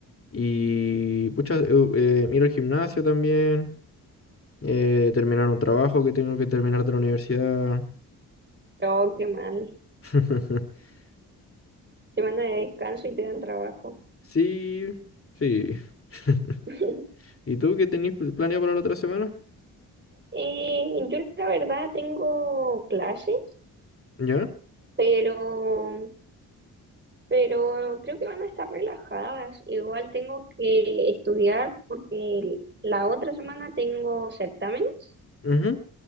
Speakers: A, on the left (about 35°); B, on the right (about 30°).
A: Y pucha, eh, eh, ir al gimnasio también. eh, terminar un trabajo que tengo que terminar de la universidad.
B: Oh, qué mal.
A: <laughs>
B: Semana de descanso y te dan trabajo.
A: Sí, sí. <laughs>
B: <laughs>
A: ¿Y tú qué tenés pl- planeado para la otra semana?
B: Eh, yo la verdad tengo clases,
A: ¿Ya?
B: pero, pero creo que van a estar relajadas. Igual tengo que estudiar porque la otra semana tengo certámenes.
A: Ujú.